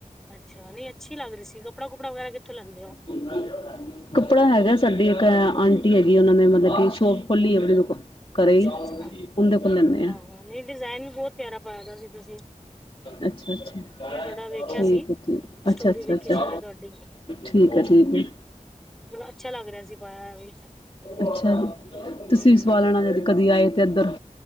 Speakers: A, in the centre; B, on the left.
A: ਅੱਛਾ, ਨਹੀਂ ਅੱਛੀ ਲੱਗ ਰਹੀ ਸੀ, ਕੱਪੜਾ ਕੁਪੜਾ ਵਗੈਰਾ ਕਿੱਥੋਂ ਲੈਂਦੇ ਹੋ।
B: <unintelligible> ਕੱਪੜਾ ਹੈਗਾ, ਸਾਡੀ ਇੱਕ ਆਂਟੀ ਹੈਗੀ, ਉਹਨਾਂ ਨੇ ਮਤਲਬ ਕਿ ਸ਼ੋਪ ਖੋਲੀ ਹੈ ਆਪਨੀ। ਘਰੇ
A: ਅੱਛਾ
B: ਹੀ,
A: ਅੱਛਾ
B: ਉਹਦੇ ਕੋਲ ਲੈਂਦੇ ਹਾਂ।
A: ਹਾਂ, ਨਹੀਂ ਡਿਜ਼ਾਇਨ ਵੀ ਬਹੁਤ ਪਿਆਰਾ ਪਾਇਦਾ ਸੀ, ਤੁਸੀਂ।
B: ਅੱਛਾ-ਅੱਛਾ,
A: ਮੈਂ ਤੁਹਾਡਾ ਵੇਖਿਆ
B: ਠੀਕ
A: ਸੀ
B: ਹੈ ਠੀਕ, ਅੱਛਾ-ਅੱਛਾ-ਅਛਾ।
A: ਸਟੋਰੀ ਦੇਖੀ ਸੀ ਮੈਂ ਤੁਹਾਡੀ
B: ਠੀਕ ਹੈ, ਠੀਕ ਹੈ।
A: ਮਤਲਬ ਅੱਛਾ ਲੱਗ ਰਿਹਾ ਸੀ, ਪਾਇਆ ਹੋਇਆ ਵੀ।
B: ਅੱਛਾ ਜੀ, ਤੁਸੀਂ
A: ਹੂੰ
B: ਵੀ ਸਵਾ ਲੈਣਾ ਜਦ ਕਦੀ ਆਏ ਦੇ ਇੱਧਰ।